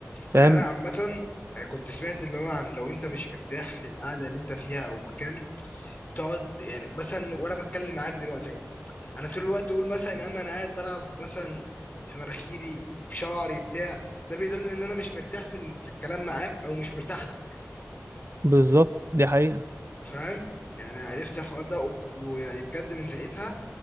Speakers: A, on the right; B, on the left.
A: فاهم
B: يعني انا عامه آه، كنت سمعت اللي هو عن لو انت مش مرتاح في القعده اللي انت فيها او مكان بتقعد يعني مثلا وانا بتكلم معاك دلوقتي اهو انا طول الوقت اقول مثلا اما انا قاعد بلعب مثلا في مناخيري في شعري بتاع ده بيدل ان انا مش مرتاح في ال- في الكلام معاك او مش مرتاح لك
A: بالظبط دي حقيقة
B: فاهم يعني عرفت الحوار ده و- ويعني بجد من ساعتها